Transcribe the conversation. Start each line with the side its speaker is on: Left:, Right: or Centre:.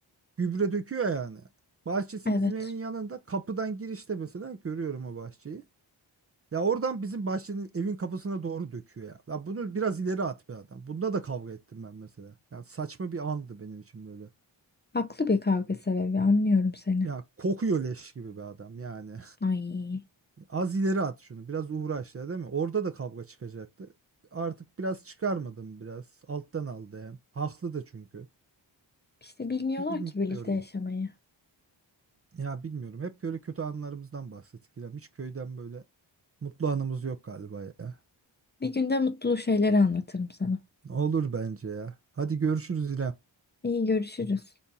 Right: gübre döküyor yani. Bahçesi
Left: Evet.
Right: bizim evin yanında. Kapıdan girişte mesela görüyorum o bahçeyi. Ya oradan bizim bahçenin evin kapısına doğru döküyor ya. Ya bunu biraz ileri at be adam. Bunda da kavga ettim ben mesela. Ya saçma bir andı benim için böyle.
Left: Haklı bir kavga sebebi anlıyorum seni.
Right: Ya kokuyor leş gibi be adam yani.
Left: Ay.
Right: <laughs> Az ileri at şunu. Biraz uğraş ya değil mi? Orada da kavga çıkacaktı. Artık biraz çıkarmadım biraz. Alttan aldı hem. Haklı da çünkü.
Left: İşte bilmiyorlar
Right: Bilmiyorum.
Left: ki birlikte yaşamayı.
Right: Ya bilmiyorum. Hep böyle kötü anılarımızdan bahsettik İrem. Hiç köyden böyle mutlu anımız yok galiba ya.
Left: Bir günde mutlu şeyleri anlatırım sana.
Right: Olur bence ya. Hadi görüşürüz İrem.
Left: İyi görüşürüz.